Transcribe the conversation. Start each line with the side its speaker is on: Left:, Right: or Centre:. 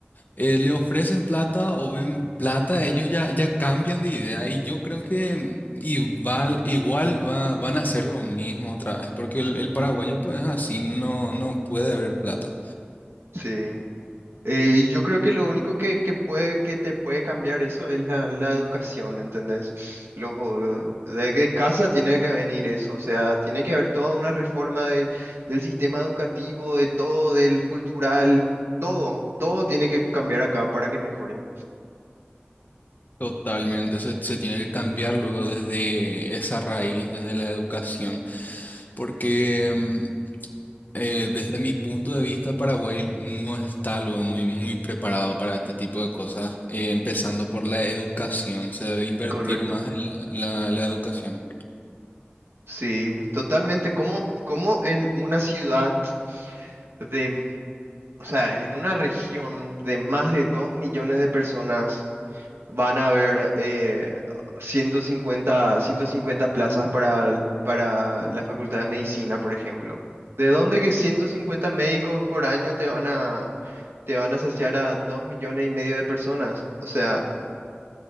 Left: eh, le ofrecen plata o ven plata, ellos ya, ya cambian de idea y yo creo que igual, igual va- van a hacer lo mismo otra vez, porque el, el paraguayo pues así no, no puede ver plata.
Right: Sí. Eh, y yo creo que lo único que, que puede, que te puede cambiar eso es la, la educación, ¿entendés? Los, eh, de, de casa tiene que venir eso, o sea, tiene que haber toda una reforma del, del sistema educativo, de todo, del cultural, todo, todo tiene que cambiar acá para que mejore.
Left: Totalmente, se, se tiene que cambiar luego desde esa raíz, desde la educación, porque... mm, Eh, desde mi punto de vista, Paraguay no está algo muy, muy preparado para este tipo de cosas, eh, empezando por la educación. Se debe invertir
Right: Correcto.
Left: más en la, la- la educación.
Right: Sí, totalmente. Como, como en una ciudad de, mm, o sea, en una región de más de dos millones de personas van a haber eh, ciento cincuenta ciento cincuenta plazas para, el- para la Facultad de Medicina, por ejemplo? ¿De dónde que 150 médicos por año te van a, te van a saciar a dos millones y medio de personas? O sea,